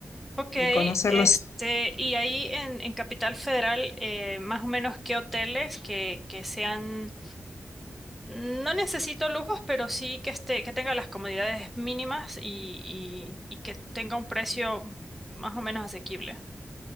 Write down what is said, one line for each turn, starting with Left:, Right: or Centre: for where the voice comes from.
Centre: Ok,
Left: y conocer
Centre: este,
Left: los
Centre: y ahí en, en Capital Federal, eh, más o menos qué hoteles que, que sean No necesito lujos, pero sí que esté, que tenga las comodidades mínimas y, y- y que tenga un precio más o menos asequible.